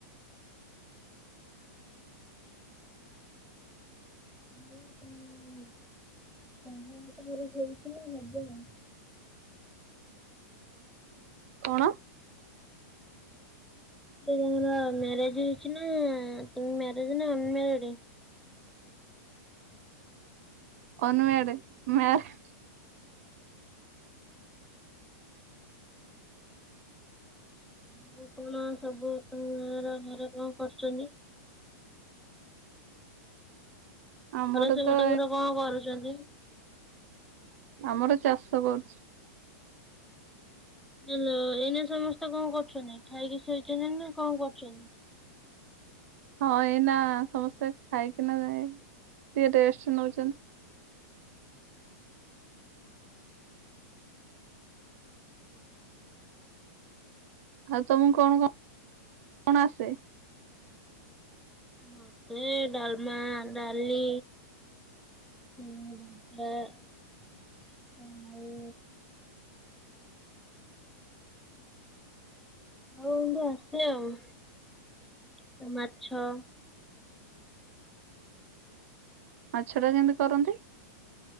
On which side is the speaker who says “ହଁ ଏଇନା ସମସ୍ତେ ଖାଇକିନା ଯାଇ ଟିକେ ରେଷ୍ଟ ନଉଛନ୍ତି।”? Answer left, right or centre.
Right